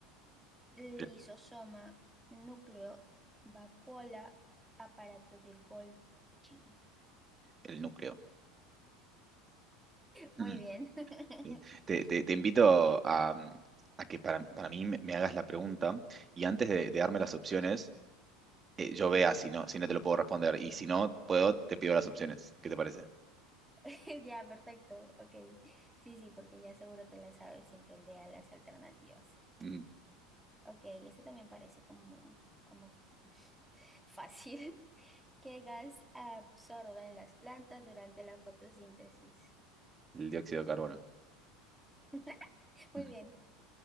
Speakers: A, in the centre; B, on the right.
A: Lisosoma,
B: El,
A: núcleo, vacuola, aparato de Golgi.
B: el núcleo. <laughs>
A: Muy
B: Mm,
A: bien. <laughs>
B: bien. Te, te- te invito a, a que para, para mí me, me hagas la pregunta y antes de, de darme las opciones, eh, yo vea
A: Te-
B: si no, si no te lo puedo responder. Y si no
A: Vale.
B: puedo, te pido las opciones. ¿Qué te parece?
A: <laughs> Ya, perfecto. Ok. Sí, sí, porque ya seguro te la sabes sin que lea las alternativas.
B: Mm,
A: Ok, este también parece como, como <laughs> fácil. ¿Qué gas absorben las plantas durante la fotosíntesis?
B: el dióxido de carbono.
A: <laughs> Muy
B: Ujú.
A: bien.